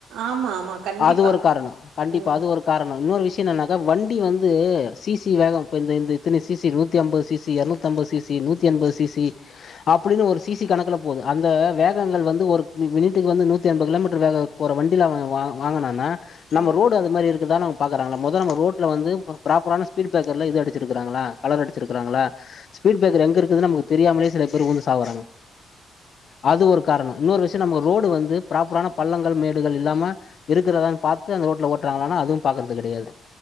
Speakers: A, on the right; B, on the left.
A: ஆமா ஆமா கண்டிப்பா.
B: அது ஒரு காரணோ கண்டிப்பா
A: ம்.
B: அது ஒரு காரணோ இன்னோரு விஷ்ய என்னனாக்கா வண்டி வந்து சி சி வேகோ இ இந்த இத்தன சி சி நூத்தி அம்பது சி சி எர்நூத்தம்பது சி சி நூத்தி அம்பது சி சி அப்டின்னு ஒரு சிசி கணக்குல போது அந்த வேகங்கள் வந்து ஒரு நீ வீட்டுக்கு வந்து நூத்தி அம்பது கிலோ மீட்டர் வேக போற வண்டில வா வாங்கனானா
A: ம்.
B: நம்ம ரோடு அது மாரி இருக்குதா நம் பாக்குறாங்க மொத நம்ம ரோட்ல வந்து ப்ராப்பரான ஸ்பீட் ப்ரேக்கர்ல இது அடிச்சிருக்காங்களா கலர் அடிச்சிருக்காங்களா ஸ்பீட் ப்ரேக்கர் எங்க இருக்குதுனு நமக்கு தெரியாமலே சில பேரு வுழுந்து சாவுறாங்க அது ஒரு காரணோ இன்னோரு விஷ் நம்ம ரோடு வந்து ப்ராப்பரான
A: ம்.
B: பள்ளங்கள் மேடுகள் இல்லாம இருக்குறதா
A: ம்.
B: பாத்து அந்த ரோட்ல ஓட்டுறாங்களானா அதுவு பாக்குறது கெடயாது